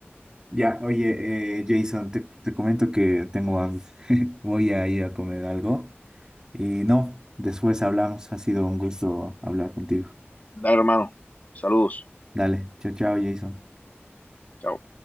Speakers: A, on the right (about 15°); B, on the left (about 40°).
A: Ya, oye, eh, Jason, te, te comento que tengo hambre. <laughs> Voy a ir a comer algo. Y no, después hablamos. Ha sido un gusto hablar contigo.
B: Dale, hermano. Saludos.
A: Dale, chao, chao, Jason.
B: Chao.